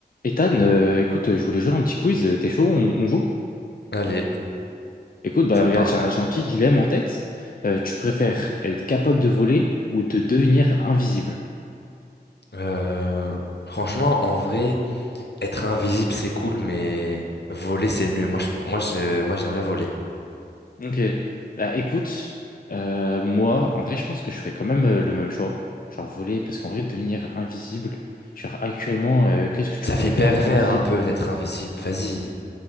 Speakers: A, on the left (about 55°); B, on the left (about 75°).
A: Ethan, euh, écoute, euh, je voulais jouer à un petit quiz. euh, T'es chaud, on, on joue?
B: Allez,
A: Écoute, bah
B: ça
A: regarde,
B: part.
A: j'ai un, j'ai un petit dilemme en tête. Euh, tu préfères être capable de voler ou de devenir invisible?
B: Euh, franchement, en vrai, être invisible, c'est cool, mais voler, c'est mieux. Moi, je, moi, je, moi, j'aimerais voler.
A: Ok. Bah écoute, euh, moi, en vrai, je pense que je ferais quand même euh, le même choix. Genre voler, parce qu'en vrai, devenir invisible, genre actuellement, euh, qu'est-ce que tu
B: Ça
A: pourrais
B: fait pervers
A: faire en étant invisible?
B: un peu d'être invisible. Vas-y.